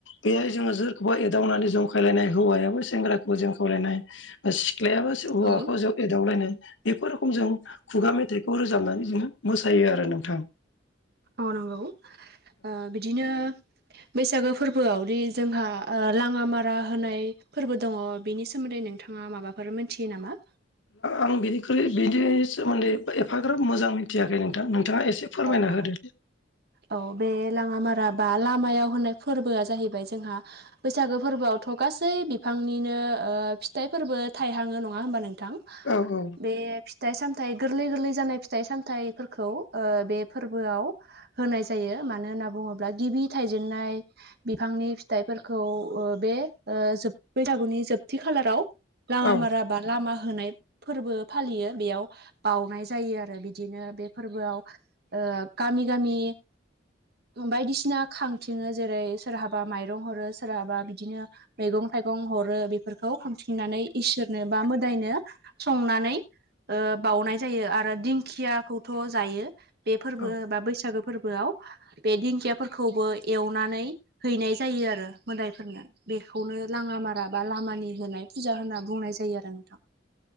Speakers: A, on the left; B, on the right.
A: बेहाय जोंङो जो खौबो एदावनानै जंखायलायनाय हौवायाबो सेंग्राखौबो जों खावलायनाय सिख्लायाबो हौवाखौ
B: औ
A: जों एदावलायनाय बेफोर रोखोम जों खुगा मेथाइ खौ रोजाबनानै जोंङो मोसायो आरो नोंथां
B: औ नंगौ ओ बिदिनो बैसागो फोरबोआवदि जोंहा ओ लांङा मारा होनाय फोर्बो दंङ' बिनि सोमोन्दै नों थांङा माबाफोर मोनथियो नामा?
A: आं बिनिख्रुइ बिनि सोमोन्दै एफाग्राब मोजां मिथियाखै नोंथां नोंथांङा एसे फोरमायना
B: औ औ
A: होदो।
B: औ बे लांङामारा बा लामायाव होननाय फोरबोआ जाहैबाय जोंहा बैसागो फोरबोआवथ' गासै बिफांनिनो ओ फिथाइफोरबो थायहांङो नंङा होनबा नोंथां
A: औ औ
B: बे फिथाइ सामथायाइ गोरलै गोरलै जानाय फिथाइ सामथायाइफोरखौ ओ बे फोर्बोआव होनाय जायो मानो होनना बुङोब्ला गिबि थायजेनन्नाय बिफांनि फिथाइफोरखौ बे ओ जोब बैसागुनि जोबथि खालाराव लांङा
A: औ
B: मारा बा लामा होनाय फोर्बो फालियो बेयाव बउनाय जायो आरो बिदिनो बे फोर्बोआव ओ गामि गामि बायदिसिना खांथिंङो जेरै सोरहाबा माइरं हरो सोरहाबा बिदिनो मैगं थाइगं हरो बे फोरखौ खांथिंनानै इसोरनो बा मोदायनो संनानै ओ बाउनाय जायो आरो दिंखियाखौथ' जायो बे फोरबो
A: औ
B: बा बैसागो फोरबोआव। बे दिंखियाफोरखौबो एवनानै हैनाय जायो आरो। मोदायफोरनो बेखौनो लाङामारा बा लामानि होनाय फुजा होनना बुंनाय जायो आरो नोंथां।